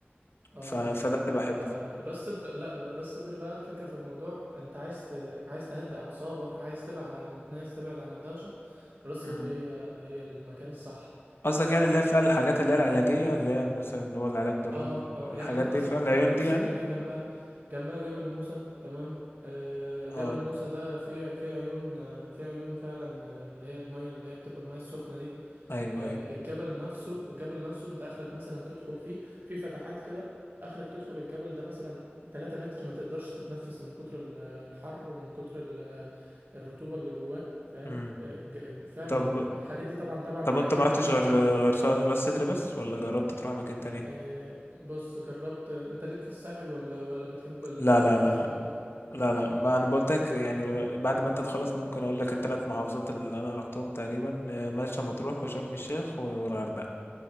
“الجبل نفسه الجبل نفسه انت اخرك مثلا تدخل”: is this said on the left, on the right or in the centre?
Right